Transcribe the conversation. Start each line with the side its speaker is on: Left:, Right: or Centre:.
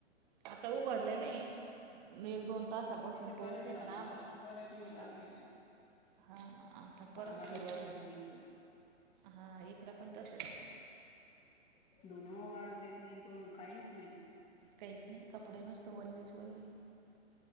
Right: आता उघडलेलं एक दोन तासापासून
Left: इथे
Right: पाऊस
Left: परत
Right: नाही
Left: झाला
Right: पण आभाळ
Left: आता परत येऊ
Right: आता.
Left: लागला तो
Right: हा आता परत
Left: थांबानाच
Right: सुरुवात
Left: नाही
Right: होय
Left: तो इथे
Right: हा इकडं पण तसच.
Left: दोनो वाढू देत नाही दोन काहीच नाही.
Right: कैस नाही कपडन असतो ओलेच वले.